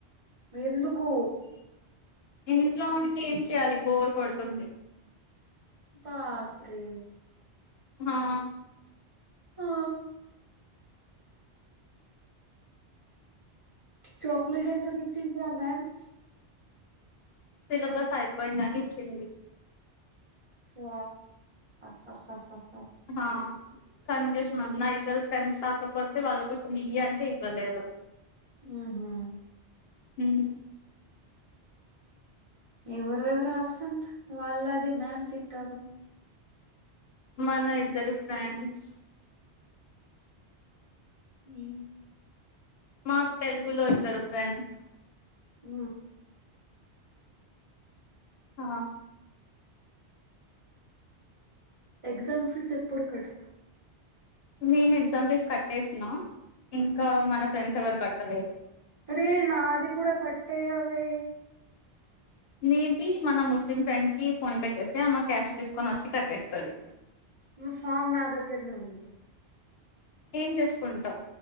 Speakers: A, on the right; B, on the left.
A: ఎందుకు
B: ఇంట్లో ఉండి ఏం చేయాలి బోర్ కొడుతుంది.
A: సాప్రే
B: మా
A: ఆ, చాక్లేెట్ ఎందుకిచ్చింది ఆ మ్యామ్
B: సిలబస్ అయిపోయిందని ఇచ్చింది.
A: స్వ స స స
B: హా కన్ చూసం నా ఇద్దరు ఫ్రెండ్స్ రాకపోతే వాళ్ళ కోసం ఇయ్య అంటే ఇవ్వలేదు.
A: ఊహు
B: ఉ
A: ఎవరు ఎవరు అబ్సెంట్. వాళ్ళది మ్యామ్ తింటారు.
B: మన ఇద్దరు ఫ్రెండ్స్
A: మీ
B: మాక్ తెలుగులో ఇద్దరు ఫ్రెండ్స్
A: ఊ
B: ఆ
A: ఎగ్జామ్ ఫీజు ఎప్పుడు కట్ట
B: నేను ఎగ్జామ్ ఫీజు కట్ కట్టేసిన ఇంకా మన ఫ్రెండ్స్ ఎవరు కట్టలేదు.
A: అరే నాది కూడా కట్టేయవే.
B: నీది మన ముస్లిం ఫ్రెండ్ కి ఫోన్పే చేసెయ్ ఆమ్ క్యాష్ తీసుకొని వచ్చి కట్టేస్తది.
A: నీ ఫామ్ నా దగ్గరనే ఉంది.
B: ఏం చేసుకుంటావు